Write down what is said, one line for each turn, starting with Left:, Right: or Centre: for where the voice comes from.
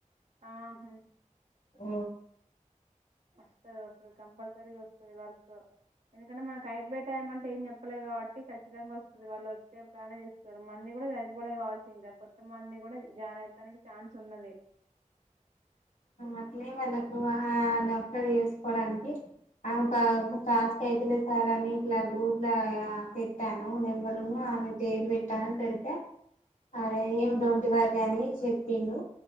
Right: ఆహా
Left: అ
Right: వస్తది వస్తది కంపల్సరీగా వస్తది వర్క్. ఎందుకంటే మనకు అయిపోయే టైం అంటే ఏం చెప్పలేదు కాబట్టి ఖచ్చితంగా వస్తది. వాళ్ళు వచ్చే ప్లానే చేస్తరు. మంది కూడా సరిపోలే కావచ్చు ఇంగా కొత్త మంది కూడా జాయిన్ అవుతానికి ఛాన్స్ ఉన్నది.
Left: అట్లే వాళ్ళకు ఆ అప్లోడ్ చేసుకోవడానికి ఆమె ఒక టాస్క్ అయితేలే సార్ అని ఇట్లా గ్రూప్ పెట్టాను. నెంబరున్ను ఆమె పేరు పెట్టాను, పెడితే ఆరే ఏమి డొంట్ వర్రి అని చెప్పిండు.